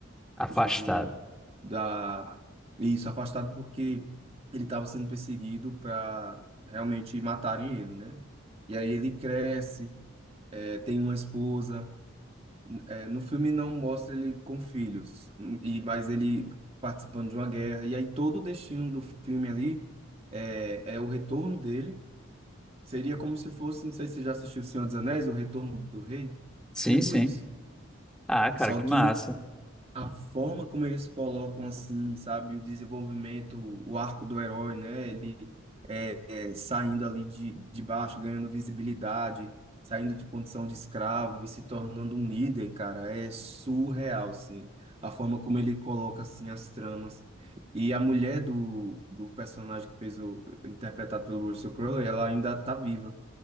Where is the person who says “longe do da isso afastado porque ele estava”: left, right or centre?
Right